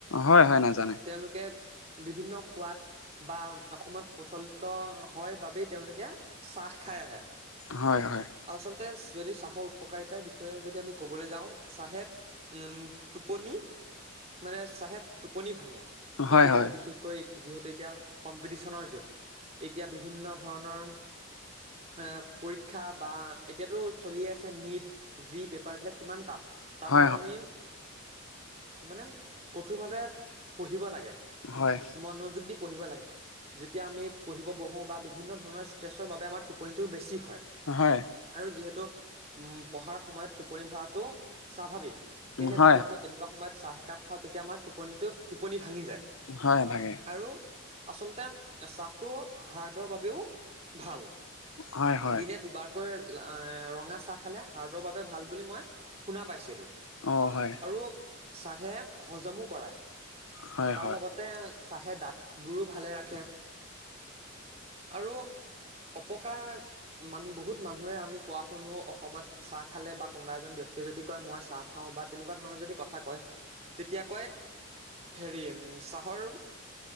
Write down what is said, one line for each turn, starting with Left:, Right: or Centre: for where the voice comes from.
Left: হয় হয় নাজানে
Right: তেওঁলোকে বিভিন্ন সোৱাদ বা অসমত প্ৰচলিত হয় বাবেই তেওঁলোকে চাহ খাই আহে।
Left: হয় হয়।
Right: আচলতে যদি চাহৰ উপকাৰিতাৰ বিষয়ে যদি আমি ক'বলৈ যাওঁ চাহে। উম টোপনি মানে চাহে টোপনি ভাঙে।
Left: হয়
Right: এতিয়া
Left: হয়
Right: বিশেষকৈ যিহেতু এতিয়া কম্পিটিশনৰ যুগ এতিয়া বিভিন্ন ধৰণৰ। এ পৰীক্ষা বা এতিয়াতো চলিয়ে আছে নীট। যি পেপাৰ বিলাক কিমান টান। তাৰ
Left: হয়
Right: পা যে আমি মানে কঠোৰভাৱে পঢ়িব লাগে।
Left: হয়।
Right: মনোযোগ দি পঢ়িব লাগে। তেতিয়া আমি পঢ়িব বহো বা বিভিন্ন ধৰণৰ ষ্ট্ৰেছৰ বাবে আমাৰ টোপনিটোও বেছি হয়।
Left: হয়।
Right: আৰু যিহেতু উম পঢ়াৰ সময়ত টোপনি ধৰাটো স্বাভাৱিক সেয়েহে
Left: উম, হয়
Right: যদি আমি। তেনেকুৱা সময়ত চাহ একাপ খাওঁ তেতিয়া আমাৰ টোপনিটো টোপনি ভাঙি যায়।
Left: হয় হয়।
Right: আৰু আচলতে চাহটো হাৰ্ডৰ বাবেও ভাল।
Left: হয় হয়
Right: দিনে দুবাৰ। বিশেষকৈ ৰঙা চাহ খালে হাৰ্ডৰ বাবে ভাল বুলি মই শুনা পাইছিলো।
Left: অ হয়।
Right: আৰু চাহে হজমো কৰায়
Left: হয়
Right: তাৰ
Left: হয়
Right: লগত। তে চাহে দাঁত বোৰো ভালে ৰাখে। আৰু অপকাৰ মানুহ বহুত মানুহে আমি কোৱা শুনো অসমত। চাহ খালে বা কোনোবা এজন ব্যক্তিয়ে যদি কয় মই চাহ খাওঁ বা তেনেকুৱা ধৰণৰ যদি কথা কয় তেতিয়া কয়। হেৰি উম চাহৰ